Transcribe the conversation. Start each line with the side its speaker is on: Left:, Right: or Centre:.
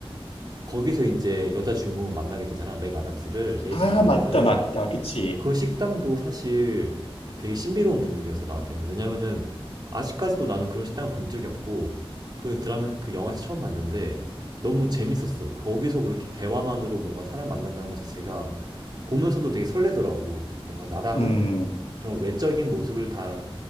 Right: 거기서 이제 여자 주인공을 만나게 되잖아. 맥 아담스를, 레이첼
Left: 아,
Right: 맥 아담스를.
Left: 맞다, 맞다. 그치.
Right: 그 식당도 사실 되게 신비로운 분위기였어, 나한테는. 왜냐면은 아직까지도 나는 그런 식당 본 적이 없고 그 드라마 그 영화에서 처음 봤는데 너무 재밌었어. 거기서 그렇게 대화만으로 뭔가 사람 만난다는 것 자체가 보면서도 되게 설레더라고. 뭔가 나랑은
Left: 음.
Right: 정말 외적인 모습을 다